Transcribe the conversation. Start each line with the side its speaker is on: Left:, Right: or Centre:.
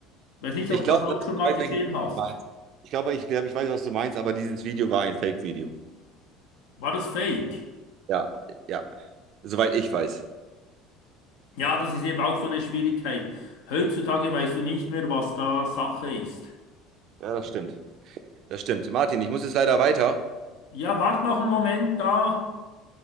Left: Weiß nicht,
Right: ich
Left: ob
Right: glaube,
Left: du das auch schon
Right: ich
Left: mal
Right: weiß,
Left: gesehen
Right: welches
Left: hast.
Right: du meinst. Ich glaube, ich glaube, ich weiß, was du meinst, aber dieses Video war ein Fake-Video.
Left: War das fake?
Right: Ja, ja, soweit ich weiß.
Left: Ja, das ist eben auch so eine Schwierigkeit. Heutzutage weißt du nicht mehr, was da Sache ist.
Right: Ja, das stimmt. Das stimmt. Martin, ich muss jetzt leider weiter.
Left: Ja, wart noch einen Moment da.